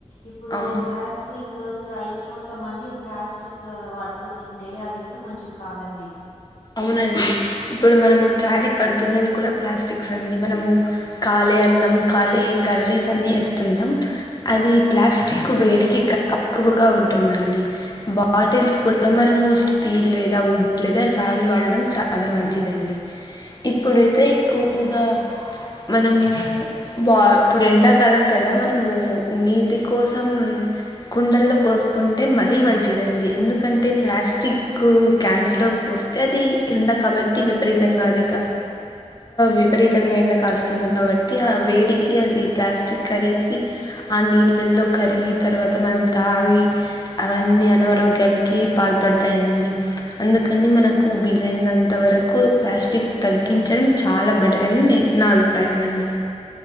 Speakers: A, on the left; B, on the left.
A: ఇప్పుడు
B: అవును
A: ప్లాస్టిక్ స్టైల్ కోసం అని ప్లాస్టిక్ వాటిలో తింటే అది కూడా మంచిది కాదండి
B: అవునండి ఇప్పుడు మనము క్యారీ కడుతున్నది కూడా ప్లాస్టిక్స్ అండి మనము కా అం కాలే కర్రీస్ అన్ని వేస్తుంటాం అది ప్లాస్టిక్ వేడికి కా ఎక్కువగా ఉంటుందండి బాటిల్స్ కూడా మనము స్టీల్ లేదా వుడ్ లేదా రాగి వాడడం చాలా మంచిదండి ఇప్పుడైతే ఎక్కువగా
A: అవునండి.
B: మనము బా ఇప్పుడు ఎండ కాలం కదా మనము నీటి కోసం కుండల్లో పోసుకుంటే మరీ మంచిది దండి ఎందుకంటే ప్లాస్టిక్ క్యాన్స్ లో వస్తే అది ఎండ కాబట్టి విపరీతంగా అది ఇక విపరీతంగా ఎండ కాస్తుంది కాబట్టి ఆ వేడికి అది ప్లాస్టిక్ కర్రీగి ఆ నీళ్ళలో కరిగి తర్వాత మనం తాగి అవన్నీ అనారోగ్యానికి పాల్ పడతాయండి అందు కనీ మనకు వీలైనంత వరకు ప్లాస్టిక్ తగ్గించడం చాలా బెటర్ అని నేన్ నా అభిప్రాయం అండి